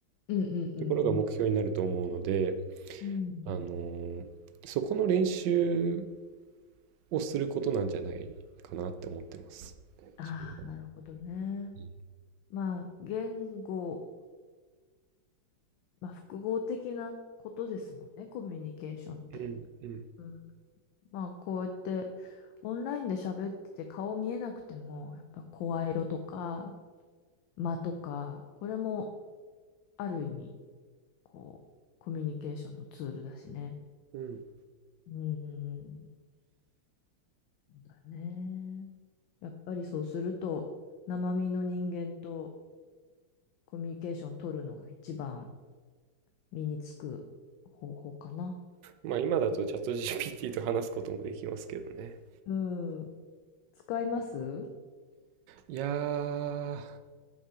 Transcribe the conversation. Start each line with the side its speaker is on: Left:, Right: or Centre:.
Left: うんうん
Right: ころが目標になると思うので、
Left: うん。うん。
Right: あのそこの練習をすることなんじゃないかなって思ってます。
Left: ああ、
Right: 自分は。
Left: なるほどね。
Right: う
Left: まあ、言語、まあ、複合的なことですもんね、コミュニケーションって。
Right: ん、うん、うん。
Left: うん。まあ、こうやって、オンラインで喋ってて顔見えなくても、やっぱ声色とか、間とか、これもある意味、こう、コミュニケーションのツールだしね。
Right: うん
Left: うん。だね。やっぱりそうすると、生身の人間とコミュニケーション取るのが一番身につく方法かな。
Right: まあ今だとチャット GPT と話すこともできますけどね。
Left: うん。使います
Right: いやー、